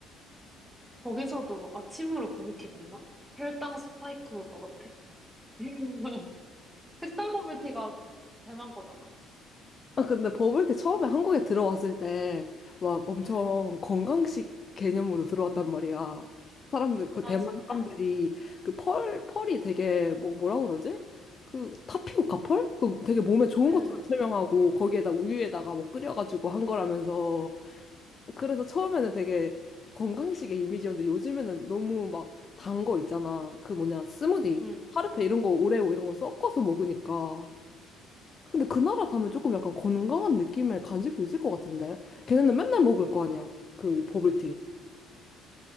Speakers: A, in the centre; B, on the left.
A: 거기서도 아침으로 버블티 먹나? 혈당 스파이크 올 것 같아. <laughs> 흑당 버블티가 배만 거잖아.
B: 아, 근데 버블 때 처음에 한국에 들어왔을 때 막 엄청
A: 응.
B: 건강식 개념으로 들어왔단 말이야. 사람들, 그
A: 아,
B: 대만
A: 진짜?
B: 사람들이 그 펄, 펄이 되게 뭐, 뭐라 그러지? 그 타피오카 펄? 그 되게 몸에 좋은
A: 응,
B: 것처럼 설명하고 거기에다 우유에다가 뭐 끓여가지고 한 거라면서. 그래서 처음에는 되게 건강식의 이미지였는데 요즘에는 너무 막 단 거 있잖아. 그 뭐냐, 스무디,
A: 응. 응.
B: 파르페 이런 거, 오레오 이런 거 섞어서 먹으니까. 근데 그 나라 가면 조금 약간 건강한 느낌의 간식도 있을 것 같은데. 걔네는 맨날 먹을 거 아니야. 그 버블티.